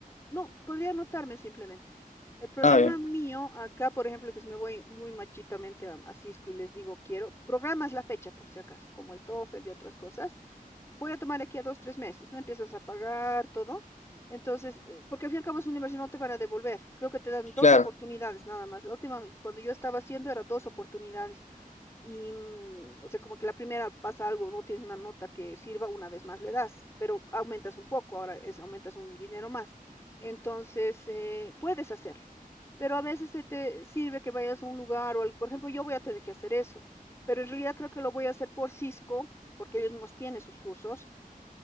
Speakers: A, on the left; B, on the left.
A: No, podría anotarme simplemente. El problema
B: Ah, bien,
A: mío acá, por ejemplo, que si me voy muy machitamente a, a Cisco y les digo, quiero, programas la fecha por si acaso, como el TOEFL y otras cosas voy a tomar aquí a dos, tres meses, ¿no? Empiezas a pagar todo. Entonces, eh, porque al fin y al cabo es una inversión, no te van a devolver. Creo que te dan dos
B: claro,
A: oportunidades nada más. La última, cuando yo estaba haciendo, era dos oportunidades. Y, mm, o sea, como que la primera pasa algo, no tienes una nota que sirva, una vez más le das, pero aumentas un poco, ahora es, aumentas un dinero más. Entonces, eh, puedes hacerlo. Pero a veces se te sirve que vayas a un lugar o, al- por ejemplo, yo voy a tener que hacer eso, pero en realidad creo que lo voy a hacer por Cisco porque ellos nos tienen sus cursos